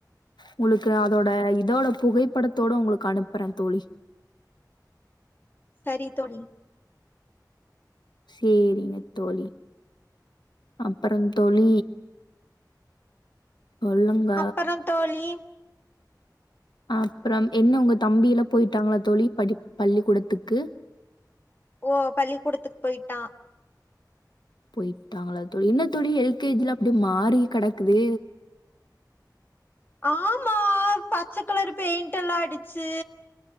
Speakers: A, on the left; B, on the left.
A: உங்களுக்கு அதோட இதோட புகைப்படத்தோட உங்களுக்கு அனுப்புற தோழி.
B: சரி தோழி
A: சேரிங்க தோழி அப்பறோ தோழி. கொல்லுங்க
B: அப்பறோ தோழி
A: அப்றம் என்ன ஒங்க தம்பி எல்லா போயிட்டாங்களா தோழி படிப் பள்ளிக்கூடத்துக்கு
B: ஓ பள்ளிக்கூடத்துக்கு போய்ட்டா
A: போயிட்டாங்களா தோழ என்ன தோழி எல்கேஜிலா அப்டியே மாறி கெடக்குது.
B: ஆம்மா பச்சக் கலரு பெய்ண் டல்லா அடிச்சு